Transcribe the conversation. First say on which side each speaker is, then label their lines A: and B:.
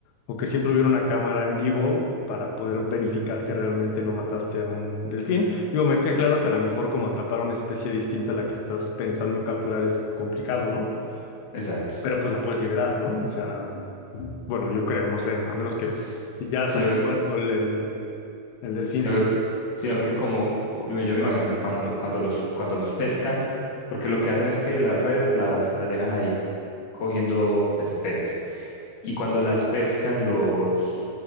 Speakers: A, on the left; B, on the left.
A: o que siempre hubiera una cámara en vivo para poder verificar que realmente no mataste a un delfín. Digo, me queda claro que a lo mejor como atrapar una especie distinta a la que estás pensando capturar es complicado, ¿no?
B: Exacto.
A: Pero pues la puedes liberar, ¿no? O sea, bueno, yo creo, no sé, a menos que
B: S-
A: ya
B: Sino
A: sale
B: que,
A: muerto el, el, el delfín.
B: sino
A: Pues,
B: que, sino que como cu- yo me imagino que cuando, cuando los, cuando los pescan, porque lo que hacen es que las redes las, las dejan ahí cogiendo pues, peces. Y cuando las pescan, los,